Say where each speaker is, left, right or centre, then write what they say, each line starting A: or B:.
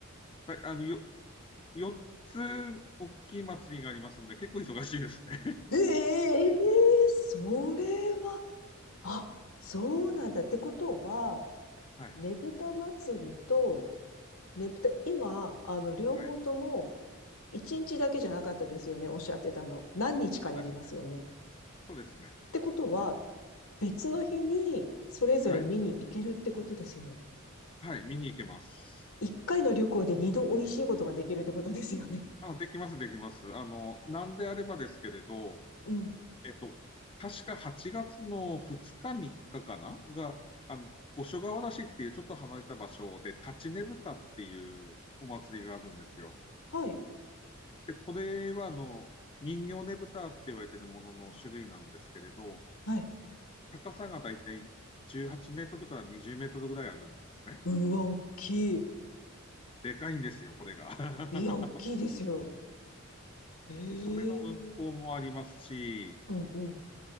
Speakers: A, on the left (about 25°); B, on the left (about 80°).
A: はいあの、よ、4つ大きい祭りがありますんで、結構忙しいですね。
B: ええええそれは、あ、そうなんだ。ってことは、
A: <laughs> はい。
B: ねぶた祭りと、ねぶた、今、あの、両方とも、
A: はい。
B: 一日だけじゃなかったですよね、おっしゃってたの。何日かやりますよね。
A: そうですね。
B: っ
A: そうですね。
B: てことは、別の日にそれぞれ見に行けるってことですよね。
A: はい。はい。見に行けます。
B: 一回の旅行で二度美味しいことができるってことですよね。
A: あ、できます、できます。あの、なんであればですけれど、
B: うん。
A: えっと、確か8月の2日、3日かかなが、あの、五所川原市っていうちょっと離れた場所で、立ちねぶたっていうお祭りがあるんですよ。
B: はい。
A: で、これはあの、人形ねぶたって言われているものの種類なんですけれど、
B: はい。
A: 高さがだいたい18メートルから20メートルぐらいあるんですね。
B: うわ、大きい。
A: でかいんですよ、これが。<laughs>
B: いや、大きいですよ。ええ
A: それの運行もありますし、
B: うんうん。